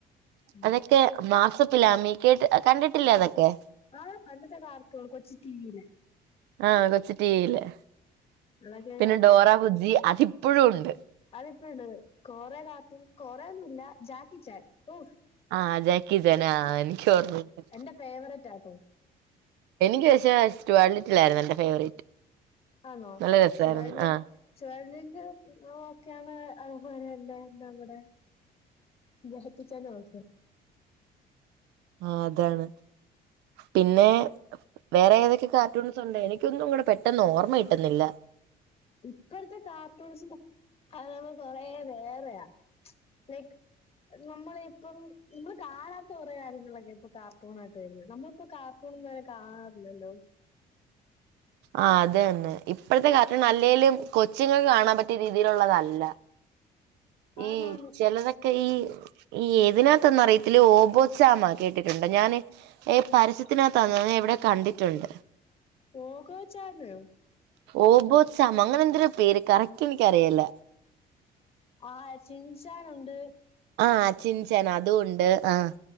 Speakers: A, on the left; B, on the right.
A: ഉം
B: അതൊക്കെ മാസപ്പിലാമി കേട്ട് കണ്ടിട്ടില്ലേ അതൊക്കെ
A: ആ പണ്ടത്തെ കാർട്ടൂൺ കൊച്ചു ടിവിയിലെ
B: ആ കൊച്ചു ടിവിയിലെ
A: അതൊക്കെ
B: പിന്നെ ഡോറബുജി അതിപ്പഴും ഉണ്ട്.
A: അതിപ്പഴുണ്ടത് കൊറെ കാർട്ടൂൺ കൊറെയൊന്നുമില്ല ജാക്കിച്ചാൻ ഓഹ്
B: ആ ജാക്കിചാൻ ആ എനിക്ക് ഓർമ്മയുണ്ട്
A: എൻ്റെ ഫേവറേറ്റാട്ടൊ
B: എനിക്ക് പക്ഷേ സ്റ്റുവാൻലിറ്റിലായിരുന്നു എന്റെ ഫേവറേറ്റ്
A: ആണോ
B: നല്ല രസമായിരുന്നു
A: സ്റ്റുവാൻലിറ്റ്
B: ആഹ്
A: സ്റ്റുവാൻലിറ്റ്ന് ഓക്കെയാണ് അതുപോലെതന്നെ നമ്മടെ ബഹുത്തിച്ചനും ഓക്കെയാണ്
B: ആ അതാണ് പിന്നെ വേറെ ഏതൊക്കെ കാർട്ടൂൺസൊണ്ട് എനിക്ക് എനിക്കൊന്നങ്ങട് പെട്ടെന്ന് ഓർമ്മകിട്ടുന്നില്ലാ
A: ഇപ്പഴത്തെ കാർട്ടൂൺസും കഥകള് കൊറേ വേറെയാ ലൈക്ക് നമ്മളിപ്പം നമ്മള് കാണാത്ത കൊറെ കാര്യങ്ങളൊക്കെ ഇപ്പൊ കാർട്ടൂണായിട്ട് വരുന്നത് നമ്മളിപ്പോ കാർ ട്ടൂൺവരെ കാണാറില്ലല്ലോ.
B: ആ അതുതന്നെ ഇപ്പഴത്തെ കാർട്ടൂൺ അല്ലേലും കൊച്ചുങ്ങൾക്ക് കാണാൻ പറ്റിയ രീതിയിലുള്ളതല്ല.
A: ആന്നാന്ന്
B: ഈ ചെലതെക്ക് ക്കെ ഈ ഈ ഏതിനാത്തന്നറിയത്തില്ല ഈ ഓബോച്ചാമാ കേട്ടിട്ടുണ്ട് ഞാനീ ഏ പരസ്യത്തിനകത്താന്നോ എവിടയോ കണ്ടിട്ടുണ്ട്
A: പോഗോച്ചാമയോ
B: ഓബോച്ചാമ അങ്ങനെന്തൊരുപേര് കറക്റ്റെനിക്കറിയില്ല
A: ആ ചിൻച്ചാനുണ്ട്
B: ആ ചിൻചാൻ അതും ഉണ്ട് ആ